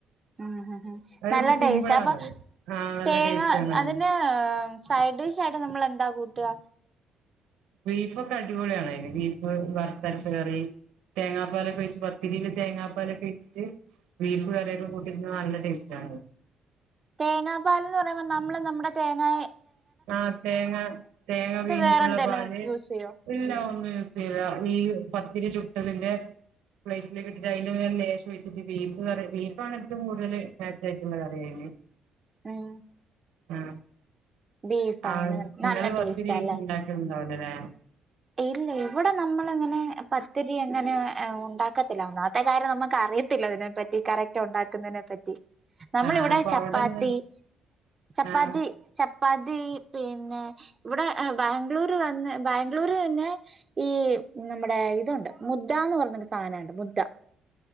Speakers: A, on the right; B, on the right.
A: ഉം ഉ ഉ
B: അത്
A: നല്ല
B: സിമ്പിളാണത്
A: ടോസ്‌റ്റാ ആ അപ്പോ
B: ആഹ് നല്ല
A: തേങ്ങ
B: ടേസ്റ്റ് ആണത്
A: അതിന് സൈഡിഷായിട്ട് നമ്മൾ എന്താ കൂട്ടാ
B: ബീഫെക്കെ അടിപൊളിയാണ് അതിന് ബീഫ് വറുത്തരച്ച കറി തേങ്ങാപ്പാലൊക്കെ ഒഴിച്ച് പത്തിരിൽ തേങ്ങാപ്പാലൊക്കെ ഒഴിച്ചിട്ട് ബീഫ് കറിയൊക്കെ കൂട്ടി തിന്നാ നല്ല ടേസ്റ്റ് ആണ്
A: തേങ്ങാ പാലന്ന് പറയുമ്പോ നമ്മള് നമ്മുടെ തേങ്ങയെ
B: ആ തേങ്ങ തേങ്ങ വീഞ്ഞിട്ടുള്ള
A: വേറെ എന്തേലും
B: പാല്
A: യൂസ് ചെയ്യോ
B: ഇല്ല ഒന്നും യൂസ് ചെയൂല ഈ പത്തിരി ചുട്ടെ ഇതിന്റെ പ്ലേറ്റിലേക്ക് ഇട്ടിട്ട് അതിൻ്റെ മേല് ലേശം വെച്ചിട്ട് ബീ ബീഫാണ് ഏറ്റവും കൂടുതൽ മാച്ച് ആയിട്ടുള്ളത് കറിയതിന്
A: ഉം
B: ആ
A: ബീഫാണ്
B: ആ നിങ്ങള്
A: നല്ല
B: പത്തിരി
A: ടേസ്റ്റ് അല്ലേ
B: ഉണ്ടാക്ക <unintelligible> നെ
A: ഇല്ല ഇവിടെ നമ്മളങ്ങനെ പത്തിരി അങ്ങനെ ഉണ്ടാക്കത്തില്ല ഒന്നാത്തെ കാര്യം നമുക്ക് അറിയത്തില്ല ഇതിനെ പറ്റി കറക്റ്റ് ഉണ്ടാക്കുന്നതിനെ പറ്റി നമ്മളിവിടെ
B: ആഹ് അപ്പൊ
A: ചപ്പാത്തി
B: അവിടെന്താ
A: ചപ്പാത്തി
B: ആഹ്
A: ച പതി പിന്നെ ഇവിടെ ബാംഗ്ലൂർ വന്ന് ബാംഗ ര് പിന്നെ ഈ നമ്മുടെ ഇതുണ്ട് മുദ്ദന്ന് പറഞ്ഞരു സാധനുണ്ട് മുദ്ദ